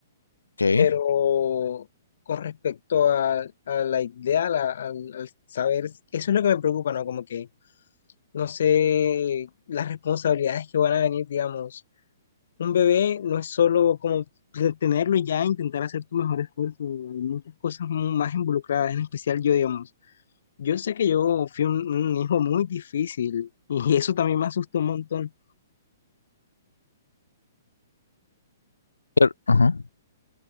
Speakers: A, on the left; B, on the left.
A: ok,
B: Pero con respecto a, a la idea, la- al, al saber, eso es lo que me preocupa, ¿no? Como que no sé las responsabilidades que van a venir, digamos. Un bebé no es solo como tenerlo y ya, intentar hacer tu mejor esfuerzo, hay muchas cosas mu- más involucradas, en especial yo, digamos. Yo sé que yo fui un, un hijo muy difícil y eso también me asustó un montón,
A: pero, ajá,